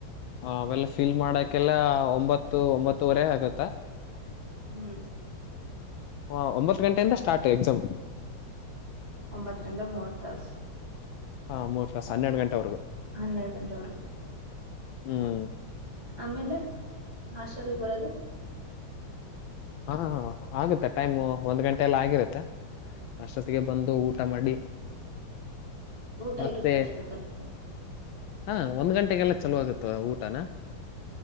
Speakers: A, on the left; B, on the right.
A: ಹ ಅವೆಲ್ಲ ಫಿಲ್ ಮಾಡಕ್ಕೆೆಲ್ಲ ಒಂಬತ್ತು ಒಂಬತ್ತುವರೆ ಆಗುತ್ತಾ.
B: ಹ್ಮ್
A: ಹಾ ಒಂಬತ್ತು ಗಂಟೆಯಿಂದ ಸ್ಟಾರ್ಟ್ ಎಕ್ಸಾಮ್.
B: ಒಂಬತ್ತರಿಂದ <unintelligible> ತಾಸು.
A: ಹಾ ಮೂರ್ ತಾಸು ಹನ್ನೆರಡು ಗಂಟೆವರೆಗು
B: ಹನ್ನೆರಡು ಗಂಟೆವರೆಗೂ
A: ಹ್ಮ್,
B: ಆಮೇಲೆ ಹಾಸ್ಟೆಲ್ ಗೆ ಬರದು
A: ಹ ಹಾ ಆಗುತ್ತೆ ಟೈಮ್ ಒಂದ್ ಗಂಟೆ ಎಲ್ಲ ಆಗಿರುತ್ತೆ. ಅಷ್ಟೊತ್ತಿಗೆ ಬಂದು ಊಟ ಮಾಡಿ,
B: ಊಟ
A: ಮತ್ತೆ
B: ಇರುತ್ತಅಷ್ಟೋತ್ತಲ್ಲಿ
A: ಹಾ ಒಂದ್ ಗಂಟೆಗೆಲ್ಲಾ ಚಲೋ ಆಗುತ್ತ ಊಟನ